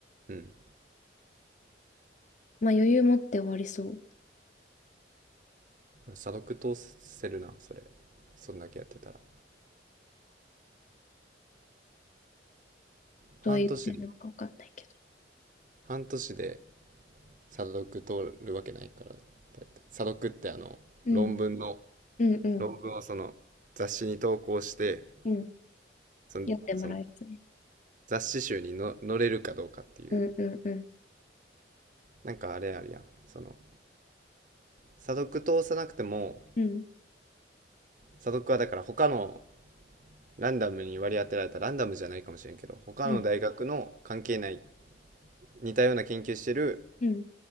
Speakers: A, on the right; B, on the left.
A: うん。
B: まあ余裕持って終わりそう。
A: 査読通せるな、それ。そんだけやってたら。半年で、
B: どういう点なのかわかんないけど。
A: 半年で査読通るわけないから、だいたい。査読ってあの、
B: うん、
A: 論文の、
B: うん、うん、
A: 論文をその雑誌に投稿して、
B: うん。
A: その、
B: 読んでもらえますね。
A: その雑誌集にの載れるかどうかっていう。
B: うん、うん、うん、
A: なんかあれあるやん。その、査読通さなくても、
B: うん、
A: 査読はだから他のランダムに割り当てられたランダムじゃないかもしれんけど、他の大学の関係ない
B: うん、
A: 似たような研究してる
B: うん。